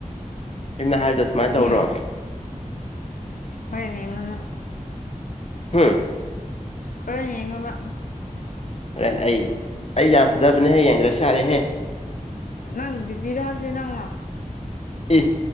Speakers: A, on the left (about 50°); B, on the left (about 75°).
A: ꯑꯩꯅ ꯍꯥꯏꯕꯗꯣ ꯑꯗꯨꯃꯥꯏꯅ
B: ꯁꯦ
A: ꯇꯧꯔꯣ
B: ꯍꯣꯔꯦꯟ ꯌꯦꯡꯉꯣ ꯅꯪ
A: ꯍꯝ
B: ꯍꯣꯔꯦꯟ ꯌꯦꯡꯉꯣꯕ
A: ꯍꯣꯔꯦꯟ ꯑꯩ ꯑꯩ ꯌꯥꯝ ꯐꯥꯖꯕꯅꯦꯍꯦ ꯌꯦꯡꯗ꯭ꯔꯥꯁꯨ ꯌꯥꯔꯦꯍꯦ
B: ꯅꯪ ꯗꯤꯄꯤꯗ ꯍꯥꯏꯕꯗꯤ ꯅꯪꯅ
A: ꯏ